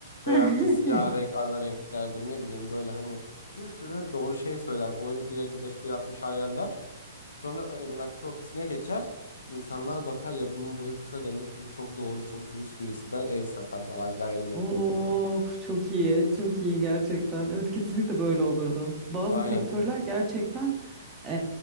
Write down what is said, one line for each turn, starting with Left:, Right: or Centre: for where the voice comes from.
Left: beyaz
Right: <laughs>
Left: ve siyah renk ana renklerdir. Ne bileyim böyle hani bir sürü doğru şey söyler. Boyunu 1.55-1.60 ayarlar. Sonra e, emlakçı ofisine geçer. İnsanlar bakar ya bunun boyu kısa demek ki bu çok doğru, çok dürüst birisi der. Ev satar falan gayrimenkul
Right: Of
Left: satar.
Right: çok iyi çok iyi gerçekten evet kesinlikle böyle olurdu bazı
Left: Aynen.
Right: sektörler gerçekten eee,